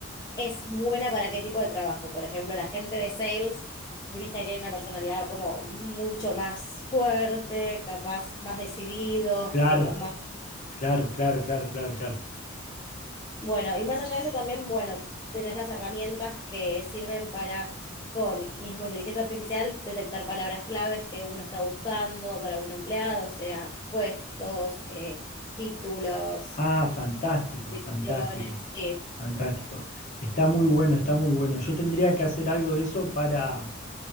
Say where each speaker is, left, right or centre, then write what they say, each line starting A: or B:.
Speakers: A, on the left; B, on the left.
A: es buena para qué tipo de trabajo. Por ejemplo, la gente de sales, viste, que tiene una personalidad como mucho más fuerte, capaz, más decididos,
B: Claro,
A: como más...
B: Claro, claro, claro, claro, claro.
A: Bueno, y más allá de eso también, bueno, tenés las herramientas que sirven para, con mismo inteligencia artificial, detectar palabras claves que uno está buscando para un empleado, o sea, puestos, eh, títulos,
B: Ah, fantástico,
A: direcciones,
B: fantástico,
A: sí,
B: fantástico. Está muy bueno, está muy bueno. Yo tendría que hacer algo de eso para,